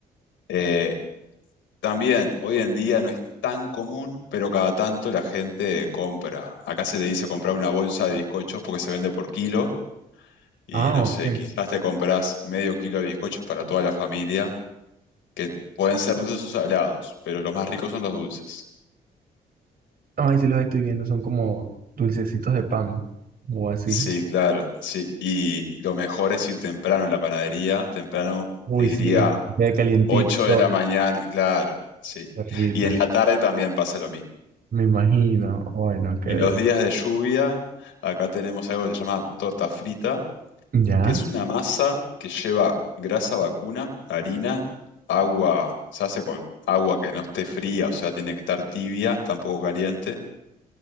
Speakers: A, on the left (about 70°); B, on the right (about 50°).
A: Eh, También, hoy en día no es tan común, pero cada tanto la gente compra. Acá se le dice comprar una bolsa de bizcochos porque se vende por kilo y
B: Ah,
A: no
B: ok.
A: sé, quizás te compras medio kilo de bizcochos para toda la familia, que pueden ser dulces o salados, pero los más ricos son los dulces.
B: Ay, sí los estoy viendo, son como dulcecitos de pan o así.
A: Sí, claro, sí. Y lo mejor es ir temprano en la panadería, temprano
B: Uy,
A: te diría
B: sí, queda calientito,
A: 8 de la mañana, claro, sí.
B: qué rico.
A: Y en la tarde también pasa lo mismo.
B: Me imagino. Ay, no, que.
A: Y los días de lluvia, acá tenemos algo que se llama torta frita,
B: Ya.
A: que es una masa que lleva grasa vacuna, harina, agua, se hace con agua que no esté fría, o sea, tiene que estar tibia, tampoco caliente,